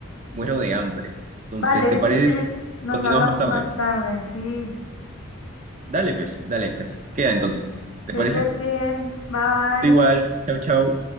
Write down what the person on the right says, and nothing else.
muero de hambre. Entonces,
¿te parece
si
continuamos
más tarde?
Dale, pues, dale, pues. Queda
entonces.
¿Te
parece?
Igual,
chau, chau.